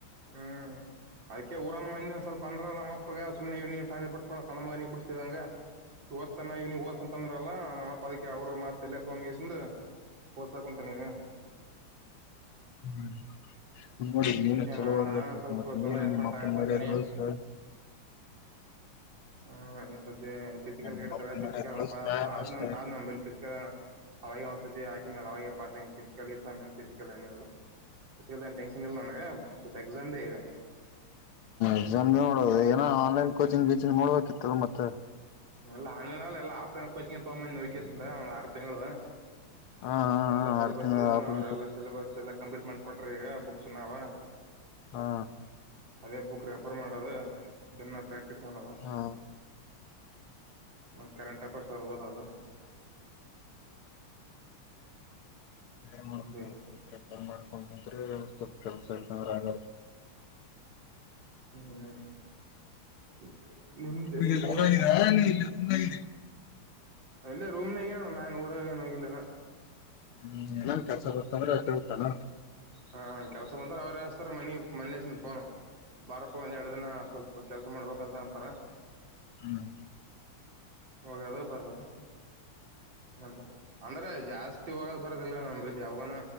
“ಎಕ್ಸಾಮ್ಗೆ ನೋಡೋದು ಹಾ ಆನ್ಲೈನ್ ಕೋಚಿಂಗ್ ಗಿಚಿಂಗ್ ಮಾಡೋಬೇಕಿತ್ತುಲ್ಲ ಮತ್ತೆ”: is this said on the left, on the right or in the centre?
Left